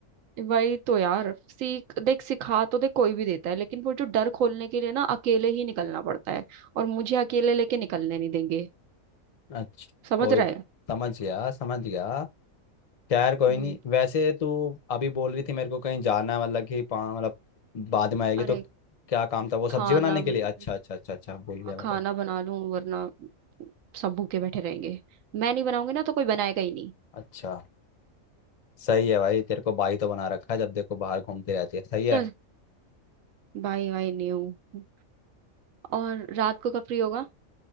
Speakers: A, on the right (about 70°); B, on the left (about 40°).
A: वही तो यार सीख देख सिखा तो देख कोई भी देता है लेकिन वो जो डर खोलने के लिए ना अकेले ही निकलना पड़ता है और मुझे अकेले लेके निकलने नहीं देंगे
B: अच्छा
A: समझ
B: कोई
A: रहा है
B: समझ गया समझ गया खैर कोई
A: हम्म,
B: नहीं वैसे तू अभी बोल रही थी मेरे को कहीं जाना है मतलब कि पा- मतलब बाद में आएगी
A: अरे
B: तो क्या काम था वो सब्जी
A: खाना
B: बनाने
A: बन-
B: के लिए अच्छा अच्छा अच्छा अच्छा भूल गया
A: हाँ
B: मैं
A: खाना
B: तो
A: बना लूं वरना सब भूखे बैठे रहेंगे मैं नहीं बनाऊंगी ना तो कोई बनाएगा ही नहीं
B: अच्छा सही है भाई तेरे को बाई तो बना रखा है जब देखो बाहर घूमती रहती है सही है
A: चल बाय बाय नहीं हूँ और रात को कब फ्री होगा